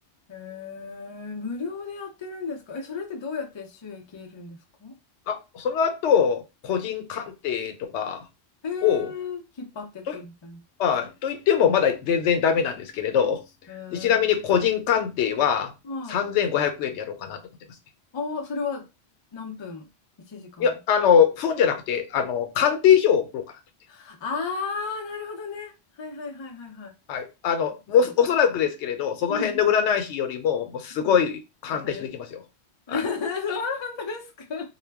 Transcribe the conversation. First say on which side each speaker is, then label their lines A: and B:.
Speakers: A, on the left; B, on the left.
A: えー、無料でやってるんですかえ、それってどうやって収益得るんですかは
B: あ、その後、個人鑑定とかを、
A: いえー、引っ張っていくみたいな。
B: と、まあ、と言ってもまだ全然ダメなんですけれど、
A: えー、
B: でちなみに個人鑑定は3500円でやろうかなと思ってますね。
A: はいああ、それは何分 ?1 時間。
B: いや、あの、本じゃなくて、あの、鑑定書を送ろうかなと思って。
A: ああ、なるほどね。はいはいはいはいはい。
B: はい。あの、
A: そうですね。
B: もうおそらくですけれど、その辺の占い師よりも、
A: うんうん
B: もうすごい鑑定書できますよ。
A: うん。当たる
B: はい。
A: <laughs> そう本当ですか